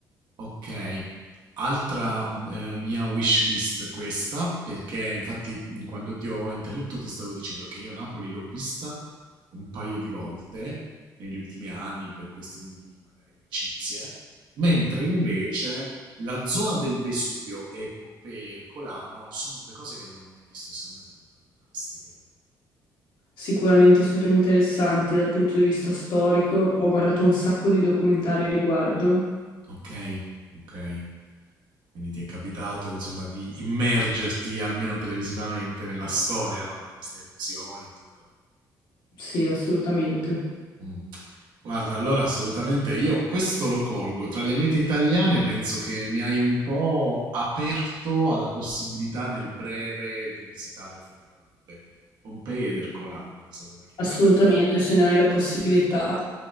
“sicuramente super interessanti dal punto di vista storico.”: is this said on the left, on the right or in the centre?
Left